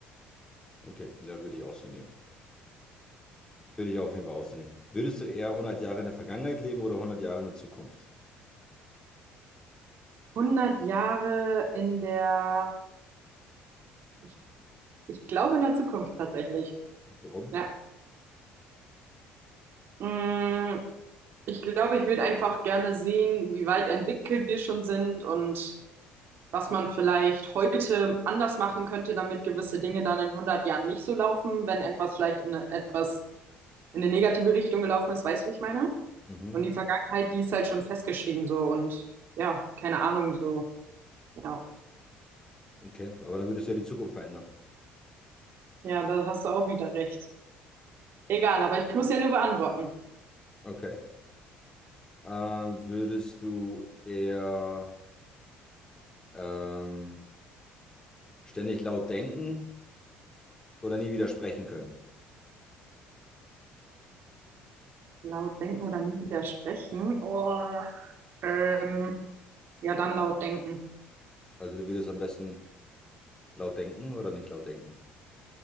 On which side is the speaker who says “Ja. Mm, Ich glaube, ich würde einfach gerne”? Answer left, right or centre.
Right